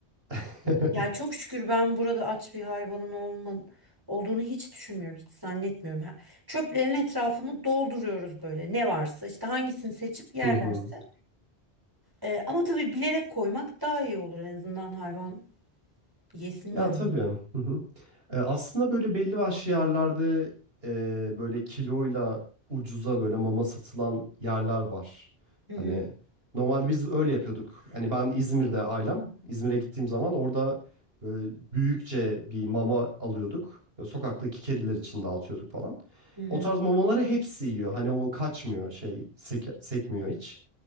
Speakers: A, on the right (about 65°); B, on the right (about 20°).
A: <laughs>
B: Ya çok şükür ben burada aç bir hayvanın olma, olduğunu hiç düşünmüyorum, hiç zannetmiyorum. Ha- Çöplerin etrafını dolduruyoruz böyle ne varsa işte hangisini seçip yerlerse.
A: Hı hı.
B: Ee, ama tabii bilerek koymak daha iyi olur en azından hayvan yesin
A: Ya
B: yani.
A: tabii. Hı hı. E, aslında böyle belli başlı yerlerde e, böyle kiloyla ucuza böyle mama satılan yerler var.
B: Hı hı
A: Hani normalde biz öyle yapıyorduk. Hani ben İzmir'de ailem. İzmir'e gittiğim zaman orada böyle büyükçe bir mama alıyorduk. Ya Sokaktaki kediler için dağıtıyorduk falan.
B: hı hı.
A: O tarz mamaları hepsi yiyor. Hani o kaçmıyor şey sek- sekmiyor hiç.